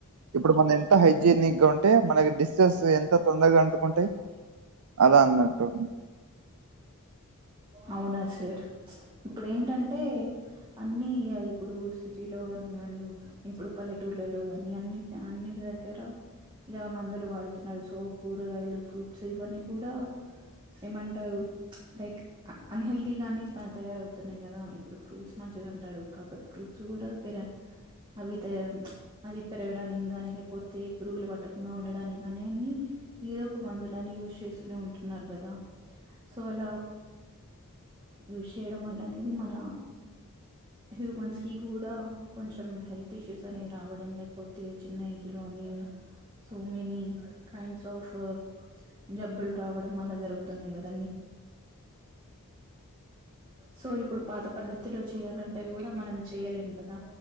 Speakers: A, on the right (about 75°); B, on the right (about 20°).
A: ఇప్పుడు మనం ఎంత హైజీనిక్ ఉంటే మనకి డిసీజెస్ ఎంత తొందరగా అంటుకుంటాయి అలా అన్నట్టు
B: అవునా సార్ ఇప్పుడు ఏంటంటే అన్ని ఇప్పుడు సిటీలోని గాని ఇప్పుడు పల్లెటూర్లలో గాని అన్ని అన్ని దగ్గర ఇలా మందులు వాడుతున్నారు సో కూరగాయలు ఫ్రూట్స్ ఇవన్నీ కూడా ఏమంటారు లైక్ అన్హెల్దీగానే తయారవుతున్నాయి గదా ఇప్పుడు ఫ్రూట్స్ మంచిది అంటారు కాకపోతే ఫ్రూట్స్ కూడా పెరి అవి తయ్ అది పెరగడానికి గానీ లేకపోతే పురుగులు పట్టకుండా ఉండడానికి గాని అన్ని ఏ ఒక మందులాని యూస్ చేస్తూనే ఉంటున్నారు కదా సో అలా యూస్ చేయడం వల్ల అనేది మన హ్యూమన్స్ కి కూడా కొంచెం హెల్త్ ఇష్యూస్ అనేది రావడం లేకపోతే చిన్న ఏజ్ లో అనిల్ సో మెనీ కైండ్స్ ఆఫ్ జబ్బులు రావడం అలా జరుగుతున్నాయి కదండి సో ఇప్పుడు పాత పద్ధతిలో చేయాలంటే గూడా మనం చెయలేం కదా